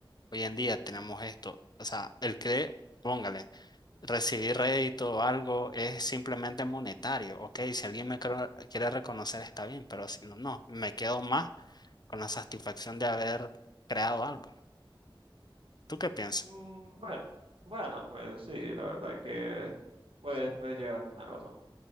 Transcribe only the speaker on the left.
hoy en día tenemos esto. O sea, el que, póngale recibir rédito o algo es simplemente monetario. Ok, si alguien me cro- quiere reconocer está bien, pero si no, no, me quedo más con la satisfacción de haber creado algo. ¿Tú qué piensas?